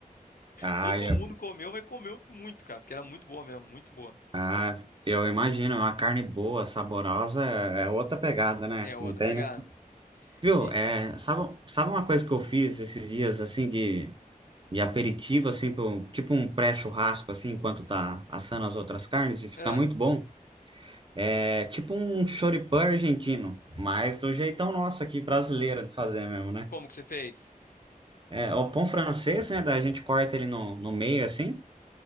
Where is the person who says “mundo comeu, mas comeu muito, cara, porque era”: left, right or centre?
Left